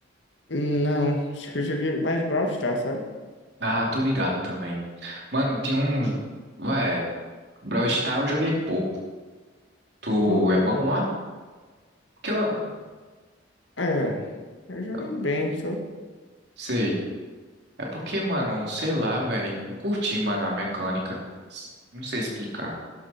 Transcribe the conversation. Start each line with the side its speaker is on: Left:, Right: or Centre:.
Left: não, acho que eu joguei mais Brawl Stars, sabe?
Right: Ah, tô ligado também. Mano, tinha um. Ué, Brawl Stars eu joguei pouco. Tu
Left: Por quê?
Right: é bom lá? Porque eu.
Left: É, eu joguei
Right: eu
Left: bem, só. O
Right: Sei. É porque, mano, sei lá, velho. Não curti, mano, a mecânica. Não sei explicar.